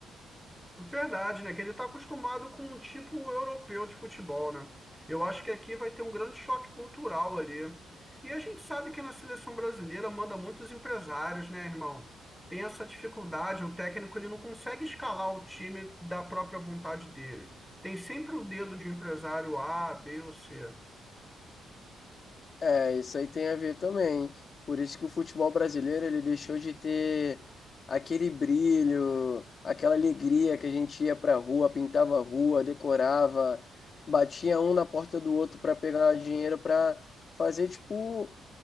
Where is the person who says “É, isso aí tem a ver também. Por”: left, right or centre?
Left